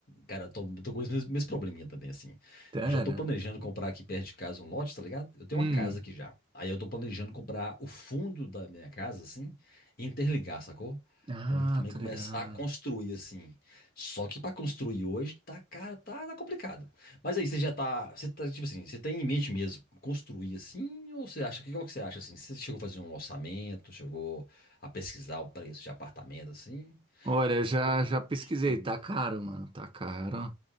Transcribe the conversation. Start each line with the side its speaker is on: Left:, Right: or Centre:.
Left: cara, eu tô, tô com esse mesmo, mesmo probleminha também, assim.
Right: Pera.
Left: Eu já tô planejando comprar aqui perto de casa um lote, tá ligado? Eu tenho
Right: Hum.
Left: uma casa aqui já. Aí eu tô planejando comprar o fundo da minha casa, assim, e interligar, sacou?
Right: Ah,
Left: Pra mim também
Right: tô
Left: começar
Right: ligado.
Left: a construir, assim. Só que pra construir hoje, tá, cara, tá, tá complicado. Mas aí, você já tá, você tá, tipo assim, você tem em mente mesmo construir assim, ou você acha, que qual que você acha, assim? Você chegou a fazer um orçamento, chegou a pesquisar o preço de apartamento, assim?
Right: Olha, já
Left: ou
Right: já pesquisei,
Left: Construir
Right: tá
Left: mesmo.
Right: caro, mano, tá caro.